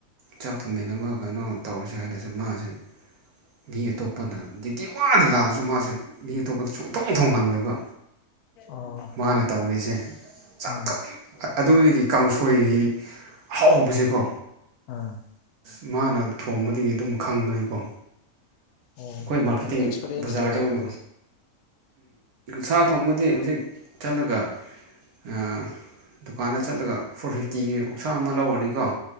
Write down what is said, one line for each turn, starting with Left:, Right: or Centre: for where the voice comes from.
Right: ꯆꯥꯛ ꯊꯣꯡꯃꯤꯕ ꯀꯩꯅꯣ ꯇꯧꯔꯁꯦ ꯍꯥꯏꯔꯁꯨ ꯃꯥꯁꯦ ꯃꯤ ꯑꯇꯣꯞꯄꯅ ꯗꯌꯇꯤ ꯋꯥꯅ ꯂꯥꯛꯑꯁꯨ ꯃꯥꯁꯦ ꯑꯇꯣꯞꯄꯗ ꯆꯣꯡꯊꯣꯡ ꯊꯣꯡꯍꯜꯂꯣꯏꯕ
Left: ꯑꯣ
Right: ꯃꯥꯅ ꯇꯧꯔꯤꯁꯦ ꯆꯥꯛ
Left: ꯑꯥ
Right: ꯊ ꯑꯗꯨꯗꯒꯤ ꯀꯥꯡꯁꯣꯏꯒꯤ ꯑꯍꯥꯎꯕꯁꯦꯀꯣ
Left: ꯑꯥ
Right: ꯑ ꯃꯥꯅ ꯊꯣꯡꯕꯗꯒꯤ ꯑꯗꯨꯝ ꯈꯪꯕꯅꯦꯀꯣ
Left: ꯑꯣ
Right: ꯑꯩꯈꯣꯏ ꯃꯥꯔꯀꯦꯇꯤꯡ
Left: ꯁꯨꯝ ꯑꯦꯛꯁꯄꯔꯤꯌꯦꯟꯁ
Right: ꯕꯖꯥꯔꯗ
Left: ꯂꯩꯔꯛꯄꯗꯣ
Right: ꯎꯝ ꯁꯥ ꯊꯣꯡꯕꯗꯤ ꯍꯧꯖꯤꯛ ꯆꯠꯂꯒ ꯑ ꯗꯨꯀꯥꯟꯗ ꯆꯠꯂꯒ ꯐꯣꯔ ꯐꯤꯐꯇꯤꯒꯤ ꯑꯣꯛꯁꯥ ꯑꯃ ꯂꯧꯔꯅꯤꯀꯣ